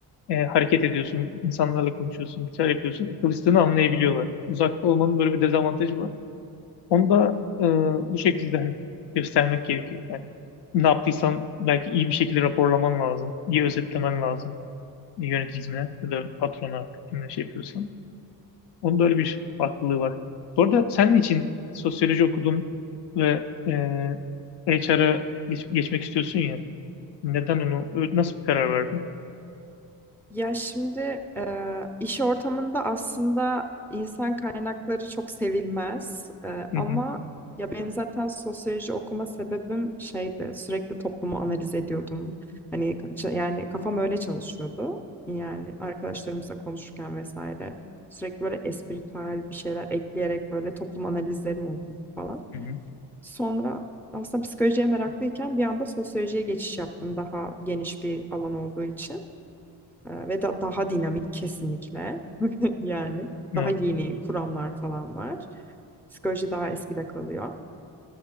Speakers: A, on the left; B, in the centre.
A: Ee, hareket ediyorsun, insanlarla konuşuyorsun, bir şeyler yapıyorsun. Çalıştığını anlayabiliyorlar. Uzakta olmanın böyle bir dezavantajı var. Onu da e, bu şekilde hani göstermek gerekiyor. Yani ne yaptıysan belki iyi bir şekilde raporlaman lazım. İyi özetlemen lazım yöneticine ya da patrona artık kimle şey yapıyorsan. Onun da öyle bir farklılığı var. Bu arada senin için sosyoloji okudun ve e, HR'a geç- geçmek istiyorsun ya. Neden onu, ö- nasıl bir karar verdin?
B: Ya şimdi eee, iş ortamında aslında insan kaynakları çok sevilmez Eee,
A: Hı
B: ama
A: hı,
B: ya benim zaten sosyoloji okuma sebebim şeydi sürekli toplumu analiz ediyordum. Hani ç- yani kafam öyle çalışıyordu. Yani arkadaşlarımızla konuşurken vesaire sürekli böyle espritüel bir şeyler ekleyerek böyle toplum analizlerim oldu falan.
A: hı hı.
B: Sonra aslında psikolojiye meraklıyken bir anda sosyolojiye geçiş yaptım daha geniş bir alan olduğu için Ee, ve da, daha dinamik kesinlikle <laughs> yani
A: Evet.
B: daha yeni kuramlar falan var. Psikoloji daha eskide kalıyor.